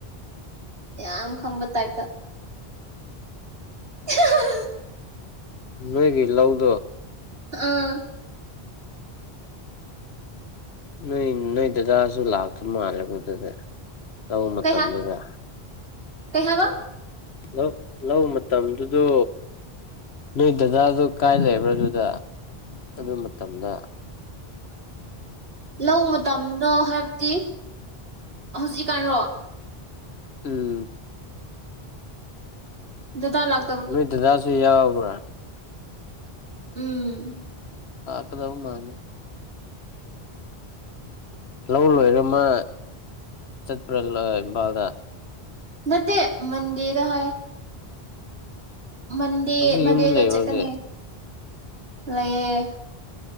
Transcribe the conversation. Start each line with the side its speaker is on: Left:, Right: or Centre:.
Right: ꯌꯥꯝ ꯈꯪꯕ ꯇꯥꯏꯞꯇ <unintelligible>
Left: ꯅꯣꯏꯒꯤ ꯂꯧꯗꯣ꯫
Right: ꯑꯥ꯫
Left: ꯅꯣꯏ ꯅꯣꯏ ꯗꯗꯥꯁꯨ ꯂꯥꯛꯇꯧ ꯃꯥꯜꯂꯦꯕꯗꯨꯗ ꯂꯧ ꯃꯇꯝꯗꯨꯒ
Right: ꯀꯩ ꯍꯥꯏ ꯀꯩ ꯍꯥꯏꯕ
Left: ꯂꯧ ꯂꯧ ꯃꯇꯝꯗꯨꯗꯣ ꯅꯣꯏ ꯗꯗꯥꯗꯣ ꯀꯥꯏ ꯂꯩꯕ꯭ꯔꯥ ꯑꯗꯨꯗ ꯑꯗꯨ ꯃꯇꯝꯗ
Right: ꯂꯧ ꯃꯇꯝꯗꯣ ꯍꯥꯏꯕꯗꯤ ꯍꯧꯖꯤꯛꯀꯥꯟꯔꯣ
Left: ꯎꯝ꯫
Right: ꯗꯗꯥ ꯂꯥꯛ
Left: ꯅꯣꯏ ꯗꯗꯥꯁꯨ ꯌꯥꯎꯕ꯭ꯔꯥ꯫
Right: ꯎꯝ꯫
Left: ꯀꯗꯧꯕ ꯃꯥꯅꯦ ꯂꯧ ꯂꯣꯏꯔ ꯃꯥ ꯆꯠꯄ꯭ꯔꯥ ꯏꯝꯐꯥꯜꯗ
Right: ꯅꯠꯇꯦ ꯃꯟꯗꯦꯗ ꯍꯥꯏ꯫ ꯃꯟꯗꯦ
Left: ꯍꯧꯖꯤꯛ
Right: ꯃꯟꯗꯦꯗ
Left: ꯌꯨꯝꯗ ꯂꯩꯕ꯭ꯔꯥ
Right: ꯆꯠꯀꯅꯤ
Left: ꯍꯧꯖꯤꯛ
Right: ꯂꯩꯌꯦ꯫